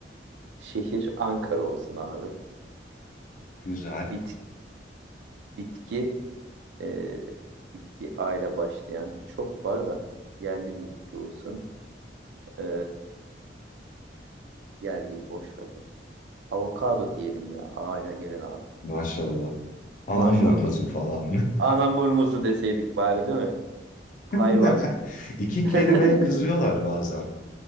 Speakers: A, on the right; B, on the left.
A: Şehir Ankara olsun abi.
B: Güzel.
A: Bit, bitki e, bitki A ile başlayan çok var da yerli bir bitki olsun. E, yerliyi boş ver. Avokado diyelim ya. A ile gelen abi.
B: Maşallah. Anamurmuzu
A: Maşallah.
B: falan.
A: Anam burmusu deseydik bari değil mi? Hayvan.
B: <laughs> İki
A: <laughs>
B: kelimeye kızıyorlar bazen.